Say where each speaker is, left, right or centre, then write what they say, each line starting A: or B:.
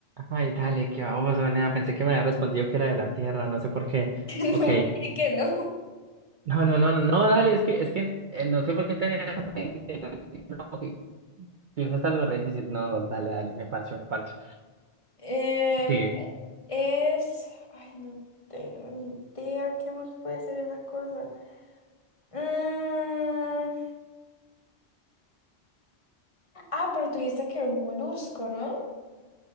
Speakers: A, on the right; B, on the left.
A: Ay, dale, qué baboso, nea. Pensé que me había respondido que era de la tierra, no sé por qué.
B: <laughs>
A: Ok.
B: No te dije que no.
A: No, no, no, no, no, dale, es que, es que eh, no sé por qué tenía. <laughs> No, ok, fijo, está algo re difícil. No, dale, dale, me parcho, me parcho.
B: Em,
A: Sigue.
B: es. Ay, no tengo ni idea qué más puede ser esa cosa. Mm, Ah, pero tú dijiste que era un molusco, ¿no?